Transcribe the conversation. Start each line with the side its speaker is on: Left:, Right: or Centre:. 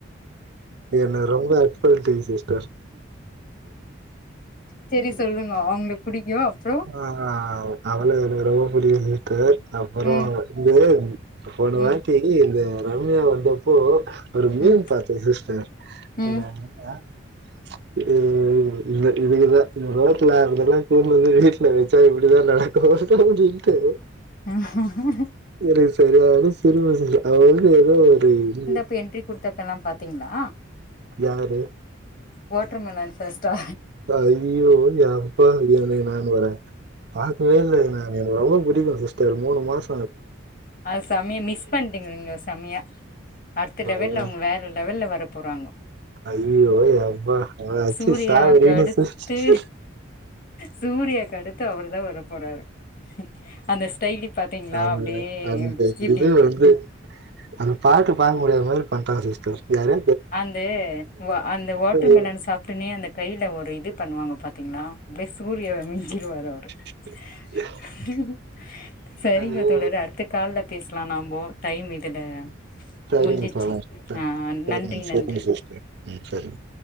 Right: என்ன ரொம்ப அர்ட் பண்டிங்க சிஸ்
Left: செரி சொல்ங்கே அவுங்கள பிடிக்கு அப்புற
Right: ஆ அவள எனக்கு ரொம்ப புடிக்கும் சிஸ்டர் அப்புற
Left: ம்
Right: இந்த போனவாட்டி
Left: ம்
Right: இந்த ரம்யா வந்தப்போ ஒரு மீம்
Left: ம்
Right: பாத்த சிஸ்டர்
Left: ம்
Right: <unintelligible> இ இதுக்குதா லேகத்துல <unintelligible> ட்ல வச்சா இப்படிதா நடக்கு அப்டினுட்டு <unintelligible>
Left: <inaudible>
Right: எனக்கு சரியான சிரிப்பு சிஸ்டர் அவளுக்கு ஏதோ ஒரு இரு
Left: இப்ப என்ரி குடுத் த்தப்ப எல்லா பாத்தீங்களா
Right: யாரு
Left: வாட்ருமெலன் ஃபஸ்டா
Right: ப்பா ஐயோ யாப்பா இத நானு வரே பாக்கவே இல்ல இது நா எனக்கு ரொம்ப புடிக்கு சிஸ்டர் மூணு மாச
Left: அது செமை மிஸ் பண்ணிட்டீங்க நீங்க செமையா அடுத்த லெவல
Right: இவ
Left: அவங்க வேற லெவல வர போறாங்க
Right: ஐயோ யப்பா அச்சு
Left: சூரியாவுக்கு
Right: சாவடின்னு
Left: அடுத்து
Right: சிஸ்டர்.
Left: சூர்யாக்கு அடுத்து அவர்தா வர போறாரு அந்த ஸ்டைல் பாத்தீங்களா
Right: அந்த
Left: அப்டியே
Right: அந்த
Left: இப்டி
Right: இது வந்து அது பாட்ட பாக்க முடியாத மாரி பண்றாங்க சிஸ்டர் யாரு
Left: அந்த அந்த வாட்டர்
Right: ஏ-
Left: மெலன் சாப்பிட்டுனே அந்த கையில ஒரு இது பண்ணுவாங்க பாத்தீங்களா அப்டியே சூரியாவ மிஞ்சிருவாரு அவரு
Right: <inaudible>
Left: <inaudible> செரிங்க
Right: ஐயோ,
Left: தோழரே அடுத்த கால்ல பேசலாம் நம்ப டைம் இதுல
Right: செரிங்க
Left: முஞ்சிச்சு
Right: தோழர்
Left: ஆ
Right: செரிங்க
Left: நன்றி
Right: செரிங்க
Left: நன்றி
Right: சிஸ்டர் ம் செரிங்க